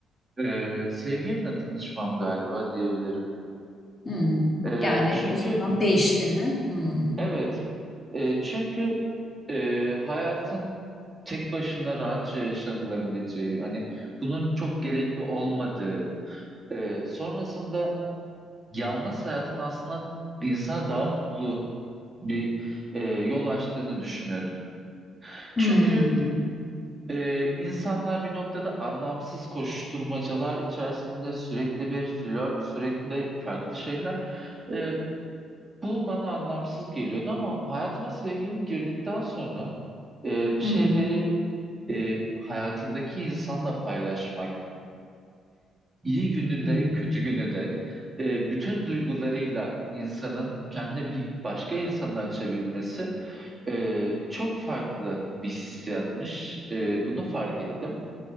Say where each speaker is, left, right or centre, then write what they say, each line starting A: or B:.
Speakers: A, on the right (about 20°); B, on the left (about 30°).
A: e, sevgilimle tanışmam galiba diyebilirim.
B: Hmm.
A: E,
B: Yani
A: çünkü
B: o zaman değiştin ha? Hmm.
A: evet, e, çünkü e, hayatın tek başına rahatça yaşanılabileceği, hani bunun çok gerekli olmadığı, e, sonrasında yalnız hayatın aslında insana daha mutlu bir e, yol açtığını düşünüyordum. Çünkü
B: Hmm.
A: Ee, insanlar bir noktada anlamsız koşuşturmacalar içerisinde sürekli bir flört, sürekli farklı şeyler. Ee, bu bana anlamsız geliyordu ama hayatıma sevgilim girdikten sonra e, bir
B: Hı
A: şeyleri
B: hı.
A: e, hayatındaki insanla paylaşmak, iyi günü
B: Hmm.
A: de kötü günü de e, bütün duygularıyla insanın kendini bir başka insana açabilmesi e, çok farklı bir hissiyatmış. E, bunu fark ettim.